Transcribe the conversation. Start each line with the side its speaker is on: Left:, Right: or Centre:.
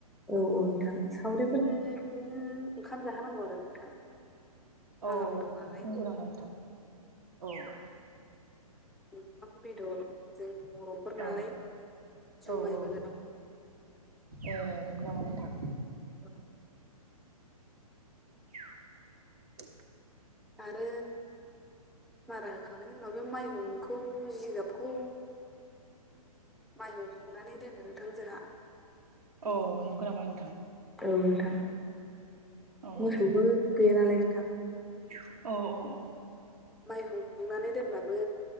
Centre: औ औ नोंथां सावरिफोरनो बिदिनो ओंखाम जाहोनांगौ आरो नोंथां फाला
Right: औ
Centre: बदल नालाय
Right: नंगौ नामा नोंथां औ
Centre: ओंखाम बेदर जों बर'फोरनालाय
Right: औ
Centre: जुमायबो
Right: औ औ
Centre: होनांगौ
Right: ए नंगौ नामा नोंथां?
Centre: <inaudible>
Right: <inaudible>
Centre: आरो मारा होखांनायनि उनाव बे माइरंखौ जिगाबखौ माइहुं हुंनानै दोनो नोंथां जोंहा
Right: अ नोंगौ नामा नोंथां?
Centre: औ नोंथां
Right: औ
Centre: मोसौबो गैया नालाय नोंथां
Right: औ औ औ
Centre: माइहुं हुंनानै दोनबाबो